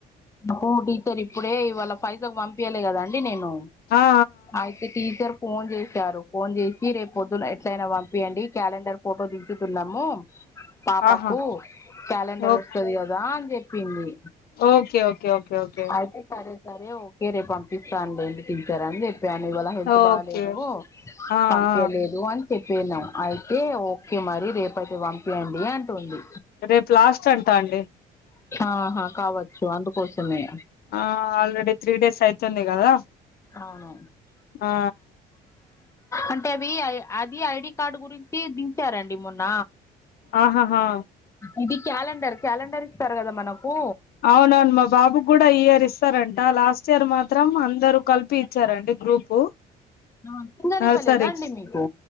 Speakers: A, on the left; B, on the left.
A: నాకు టీచర్ ఇప్పుడే ఇవాళ పైసలు పంపియలె కదాండి నేను
B: ఆ ఆ
A: అయితే టీచర్ ఫోన్ చేసారు ఫోన్ చేసి రేపు పొద్దున ఎట్లయినా పంపియండి క్యాలెండర్ ఫోటో దించుతున్నాము పాపకు
B: ఆ ఆహా
A: క్యాలెండర్
B: ఓకే
A: వస్తది కదా అని చెప్పింది
B: ఓకే ఓకే ఓకే ఓకే
A: అయితే సరే సరే ఓకే రేపు పంపిస్తను లేండి టీచర్ అని చెప్ పాను ఇవాళ హెల్త్
B: ఓకే
A: బాలేదు
B: ఆ ఆ
A: పంపియలేదు అని చెపిన్నం అయితే ఓకే మరి రేపయితే పంపించండి అం టుంది
B: రేపు లాస్ట్ అంట అండి
A: ఆహా కావచ్చు అందుకోసమే
B: ఆ ఆల్రెడీ త్రీ డేస్ అయితుంది కదా
A: అవును
B: ఆ
A: అంటే అవి ఐ అది ఐడి కార్డు గురించి దించారండి మొన్న
B: ఆహాహా
A: ఇది క్యాలెండర్ క్యాలెండర్ ఇస్తారు కదా మనకు
B: అవునవును మా బాబుకి కూడా ఈ ఇయర్ ఇస్తారంట లాస్ట్ ఇయర్ మాత్రం అందరు కలిపి వచ్చారండి గ్రూపు
A: ఆ సింగల్
B: నర్సరీకి
A: ఇవ్వలేదాండి మీకు